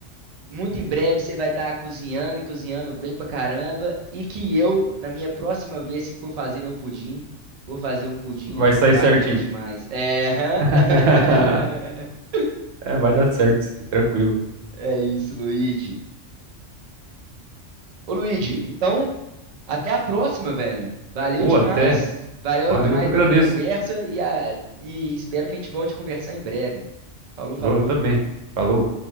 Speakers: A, on the right; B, on the right.
A: muito em breve você vai estar cozinhando e cozinhando bem pra caramba. E que eu, na minha próxima vez que for fazer meu pudim, vou fazer um pudim
B: Vai sair
A: bacana
B: certinho.
A: demais. É.
B: <laughs>
A: <laughs>
B: É, vai dar certo, sim, tranquilo.
A: É isso, Luigi. Ô, Luigi, então. Até a próxima, velho. Valeu
B: Ou
A: demais.
B: até,
A: Valeu
B: valeu,
A: demais
B: eu que agradeço.
A: pela conversa e, a- e espero que a gente volte a conversar em breve. Falou, falou.
B: Eu também. Falou.